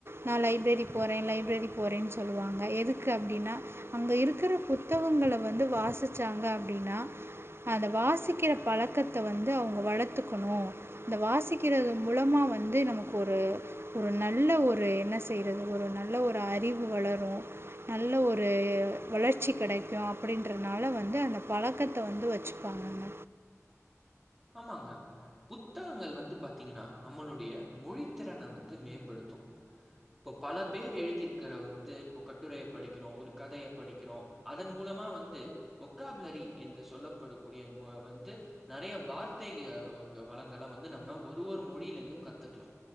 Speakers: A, on the right (about 45°); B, in the centre.
A: நா லைப்ரரி போறே லைப்ரரி போறேன்னு சொல்லுவாங்க எதுக்கு அப்டின்னா அங்க இருக்கற புத்தகங்கள வந்து வாசிச்சாங்க அப்டின்னா அந்த வாசிக்கிற பழக்கத்த வந்து அவங்க வளத்துக்கணு அந்த வாசிக்கிறது மூலமா வந்து நமக்கு ஒரு ஒரு நல்ல ஒரு என்ன செய்யறது ஒரு நல்ல ஒரு அறிவு வளரு நல்ல ஒரு வளர்ச்சி கெடைக்கு அப்படின்றனால வந்து அந்த பழக்கத்த வந்து வச்சுப்பாங்கங்க.
B: ஆமாங்க புத்தகங்கள் வந்து பாத்தீங்கன்னா நம்மளுடைய மொழி திறன வந்து மேம்படுத்து. இப்போ பல பேர் எழுதிருக்கிற வந்து இப்போ கட்டுரைய படிக்கிறோ ஒரு கதைய படிக்கிறோ அதன் மூலமா வந்து ஒகாபலரி என்று சொல்லப்படக்கூடிய ம வந்து நெறைய வார்த்தை அ ங்க வளங்கள வந்து நம்ம ஒரு ஒரு மொழியிலருந்து கத்துக்கலா.